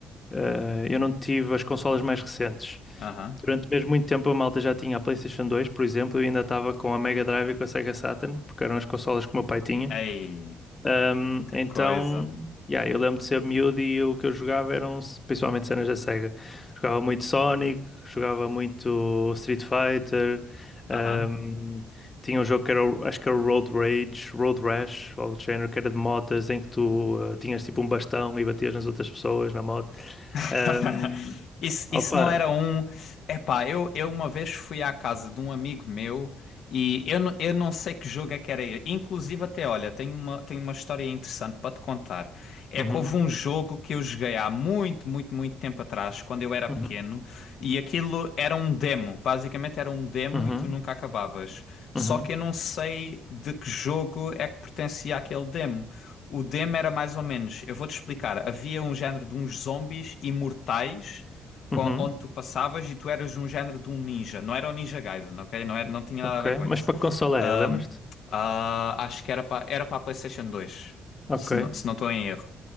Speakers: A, on the left (about 25°); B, on the left (about 65°).
A: ah, eu não tive as consolas mais recentes.
B: Aham.
A: Durante mesmo muito tempo a malta já tinha a PlayStation 2, por exemplo, e ainda estava com a Mega Drive e com a Sega Saturn, porque eram as consolas que o meu pai tinha.
B: Ei,
A: Ahm,
B: que
A: então,
B: coisa.
A: yeah, eu lembro de ser miúdo e o que eu jogava eram s- principalmente cenas da Sega. Jogava muito Sonic, jogava muito Street Fighter,
B: Aham.
A: ahm, tinha um jogo que era, o- acho que era o Road Rage, Road Rash, ou algo do género, que era de motas, em que tu ah, tinhas tipo um bastão e batias nas outras pessoas na moto.
B: <laughs>
A: Ahm,
B: Isso,
A: opa!
B: isso não era um. Epá, eu, eu uma vez fui à casa de um amigo meu e eu, não- eu não sei que jogo é que era ele. Inclusive, até olha, tenho uma, tenho uma história interessante para te contar. É
A: Uhum,
B: que houve um jogo que eu joguei há muito, muito, muito tempo atrás, quando eu era pequeno,
A: uhum,
B: e aquilo era um demo. Basicamente era um demo
A: uhum.
B: e tu nunca acabavas. Só
A: Uhum,
B: que eu não sei de que jogo é que pertencia aquele demo. O demo era mais ou menos, eu vou-te explicar. Havia um género de uns zombies imortais com-
A: uhum,
B: onde tu passavas e tu eras um género de um ninja. Não era o Ninja Gaiden, ok? Não era, não tinha
A: ok.
B: nada a ver com
A: Mas
B: isso.
A: para que consola
B: Ahm,
A: é? Lembras-te?
B: ah, acho que era para era para a PlayStation 2,
A: Ok,
B: se não, se não estou em erro.